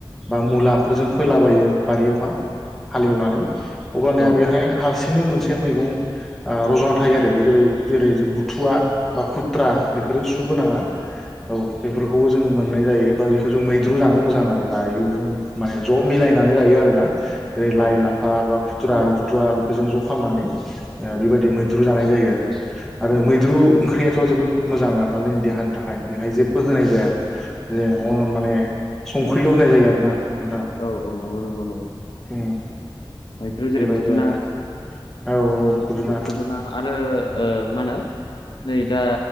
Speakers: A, in the centre; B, on the left.
A: बा मुलाफोरजों फोलाबायो बारियावहा। हालेवनानै अब्लानिया
B: औ
A: बेहाय हारसिंनो मोनसे मैगं ओ रज'ना थायो आरो बे जाबाय जेरै जों बुथुवा बा खुथ्रा बेफोरो सु गोनाङा औ बेफोरखौबो जों जों मोननाय जायो बा बेखौ जों मैद्रु जानो मोजां आरो जायो बे माने ज' मिलायनानै जायो आरोना। जेरै
B: औ
A: लाय-लाफा लाफा बा खुथ्रा बुथुवा बेखौ जों ज' खालामनानै बेबायदि मैद्रु जानाय जायो आरो। आरो मैद्रु ओंख्रियाथ' जोबोद मोजां आरोना जोंनि देहानि थाखाय बेहाय जेबो होनाय जाया। <unintelligible> माने संख्रिल' होनाय जायो आरो ना। नोंथां
B: औ नंगौ नंगौ नंगौ
A: उम
B: मैद्रु जेरै
A: बेबायदि
B: खुदुना
A: आरो औ औ पुदुना
B: खुदुना आरो मा होनो नै दा